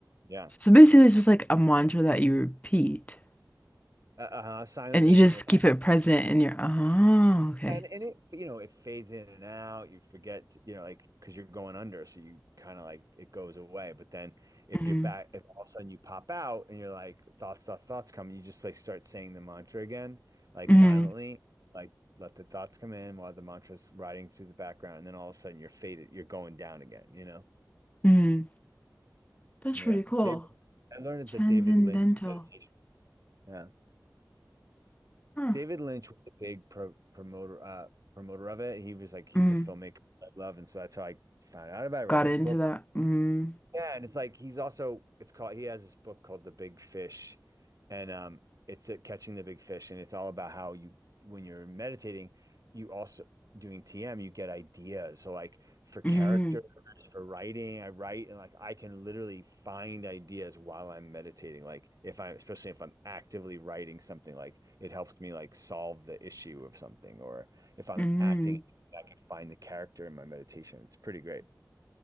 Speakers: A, on the right (about 50°); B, on the left (about 20°).
A: yeah,
B: So basically, it's just like a mantra that you repeat
A: uh, uh, silently
B: and you just
A: in your
B: keep it present in your, oh, okay.
A: And, and it, you know, it fades in and out. You forget, to- you know, like, because you're going under. So you kind of like it goes away. But then if
B: hmm
A: you're back, if all of a sudden you pop out and you're like, thoughts, thoughts, thoughts come, you just like start saying the mantra again, like
B: hmm
A: silently, like let the thoughts come in while the mantra's riding through the background. And then all of a sudden you're faded, you're going down again, you know?
B: hmm That's
A: Yeah.
B: pretty cool.
A: David, I learned
B: Transcendental.
A: the David Lynch meditation. Yeah.
B: Huh.
A: David Lynch was a big pro promoter uh promoter of it. He was like, he's
B: Mm.
A: a filmmaker I love, and so that's how I found out about it. I read
B: Got
A: his
B: into
A: book,
B: that. Mm.
A: yeah, and it's like he's also it's called he has this book called The Big Fish, and um, it's at Catching the Big Fish, and it's all about how you when you're meditating, you also doing TM, you get ideas. So like for characters,
B: hmm
A: for writing, I write and like I can literally find ideas while I'm meditating. Like if I'm especially if I'm actively writing something, like it helps me like solve the issue of something, or if I'm
B: hmm
A: acting, I can find the character in my meditation. It's pretty great.